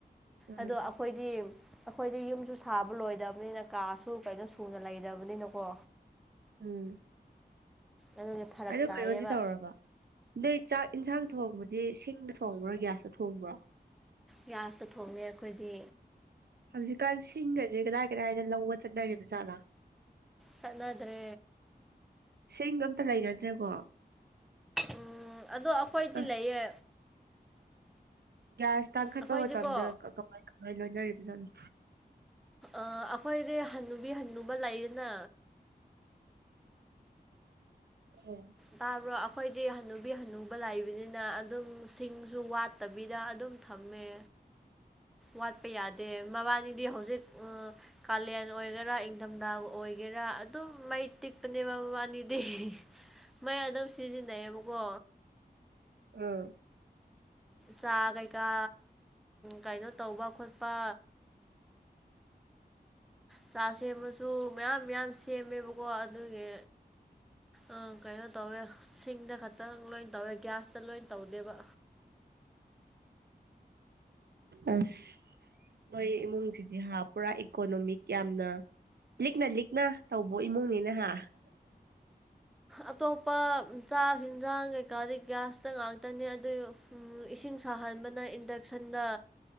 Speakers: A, on the right; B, in the centre.
A: ꯎꯝ
B: ꯑꯗꯣ ꯑꯈꯣꯏꯗꯤ ꯑꯈꯣꯏꯗꯤ ꯌꯨꯝꯁꯨ ꯁꯥꯕ ꯂꯣꯏꯗꯕꯅꯤꯅ ꯀꯥꯁꯨ ꯀꯩꯅꯣ ꯁꯨꯅ ꯂꯩꯗꯕꯅꯤꯅꯀꯣ
A: ꯎꯝ
B: ꯑꯗꯨꯒꯤ ꯐꯔꯛ
A: ꯑꯗꯨ
B: ꯇꯥꯏꯌꯦꯕ
A: ꯀꯩꯅꫭꯗꯤ ꯇꯧꯔꯕ ꯅꯣꯏ ꯆꯥꯛ ꯏꯟꯁꯥꯡ ꯊꯣꯡꯕꯗꯤ ꯁꯤꯡꯗ ꯊꯣꯡꯕ꯭ꯔꯣ ꯒ꯭ꯌꯥꯁꯇ ꯊꯣꯡꯕ꯭ꯔꯣ
B: ꯒ꯭ꯌꯥꯁꯇ ꯊꯣꯡꯉꯦ ꯑꯈꯣꯏꯗꯤ
A: ꯍꯧꯖꯤꯛꯀꯥꯟ ꯁꯤꯡꯒꯁꯦ ꯀꯗꯥꯏ ꯀꯗꯥꯏꯗ ꯂꯧꯕ ꯆꯠꯅꯔꯤꯕꯖꯥꯠꯂ
B: ꯆꯠꯅꯗ꯭ꯔꯦ
A: ꯁꯤꯗꫭ ꯑꯝꯇ ꯂꯩꯅꯗ꯭ꯔꯦꯀꯣ
B: ꯎꯝ ꯑꯗꯣ ꯑꯈꯣꯏꯗꯤ
A: ꯑ
B: ꯂꯩꯌꯦ
A: ꯒ꯭ꯌꯥꯁ ꯇꯥꯡꯈꯠꯄ
B: ꯑꯩꯈꯣꯏꯗꯤꯀꯣ
A: ꯃꯇꯝꯗ ꯀ ꯀꯃꯥꯏ ꯀꯃꯥꯏ ꯂꯣꯏꯅꯔꯤꯕꯖꯥꯠꯅꯣ
B: ꯑꯥ ꯑꯈꯣꯏꯗꯤ ꯍꯟꯅꯨꯕꯤ ꯍꯟꯅꯨꯕ ꯂꯩꯌ‌ꯦꯅ
A: ꯑꯥ
B: ꯇꯥꯕ꯭ꯔꫭ ꯑꯛ ꯑꯈꯣꯏꯗꯤ ꯍꯅꯨꯕꯤ ꯍꯅꯨꯕ ꯂꯥꯏꯕꯅꯤꯅ ꯑꯗꯨꯝ ꯁꯤꯡꯁꯨ ꯋꯥꯠꯇꯕꯤꯗ ꯑꯗꯨꯝ ꯊꯝꯃꯦ ꯋꯥꯠꯄ ꯌꯥꯗꯦ ꯃꯕꯥꯅꯤꯗꯤ ꯍꯧꯖꯤꯛ ꯑ ꯀꯥꯂꯦꯟ ꯑꯣꯏꯒꯦꯔꯥ ꯏꯪꯊꯝꯊꯥ ꯑꯣꯏꯒꯦꯔꯥ ꯑꯗꯨꯝ ꯃꯩ ꯇꯤꯛꯄꯅꯦ ꯃꯕꯥꯅꯤꯗꯤ ꯃꯩ ꯑꯗꯨꯝ ꯁꯤꯖꯤꯟꯅꯩꯌꯦꯕꯀꯣ
A: ꯎꯝ
B: ꯆꯥ ꯀꯩꯀꯥ ꯀꯩꯅꯣ ꯇꯧꯕ ꯈꯣꯠꯄ ꯆꯥ ꯁꯦꯝꯕꯁꯨ ꯃꯌꯥꯝ ꯃꯌꯥꯝ ꯁꯦꯝꯃꯦꯕꯀꯣ ꯑꯗꯨꯒꯤ ꯑꯥ ꯀꯩꯅꯣ ꯇꯧꯋꯦ ꯁꯤꯡꯗ ꯈꯛꯇꯪ ꯂꯣꯏ ꯇꯧꯋꯦ ꯒ꯭ꯌꯥꯁꯇ ꯂꯣꯏ ꯇꯧꯗꯦꯕ
A: ꯑꯁ ꯅꫭꯏ ꯏꯃꯨꯡꯁꯤꯗꯤ ꯍꯥ ꯄꯨꯔꯥ ꯏꯀꯣꯅꯣꯃꯤꯛ ꯌꯥꯝꯅ ꯂꯤꯛꯅ ꯂꯤꯛꯅ ꯇꯧꯕ ꯏꯃꯨꯡꯅꯤꯅ‌ꯦꯍꯥ
B: ꯑꯇꯣꯞꯄ ꯆꯥꯛ ꯍꯤꯖꯥꯡ ꯀꯩꯀꯥꯗꯤ ꯒꯤꯌꯥꯁꯇ ꯉꯥꯛꯇꯅꯤ ꯑꯗꯨꯏ ꯎꯝ ꯏꯁꯤꯡ ꯁꯥꯍꯟꯕꯅ ꯏꯟꯗꯛꯁꯟꯗ